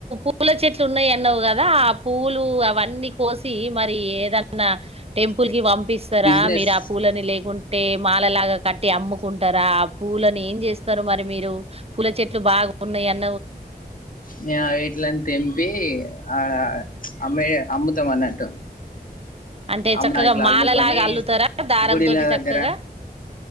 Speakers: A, on the right; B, on the left.
A: పూల చెట్లు ఉన్నాయి అన్నవు కదా ఆ పూలు అవన్నీ కోసి మరి ఏదన్నా టెంపుల్ కి పంప్ పిస్తారా
B: బిజినెస్
A: మీరు ఆ పూలని లేకుంటే మాలలాగా కట్టి అమ్ముకుంటారా ఆ పువ్వులను ఏం చేస్తారు మరి మీరు పూల చెట్లు బాగా ఉన్నాయిన్
B: నే ఆ వీట్లని తెంపి ఆ అమ్మేయే అమ్ముతం అన్నట్టు
A: అంటే
B: అమ్ముతా
A: చక్కగా
B: ఇట్లా
A: మాలలాగా
B: అల్లుకొని
A: అల్లుతారా దారం
B: గుడిల
A: తోటి చక్కగా
B: దగ్గర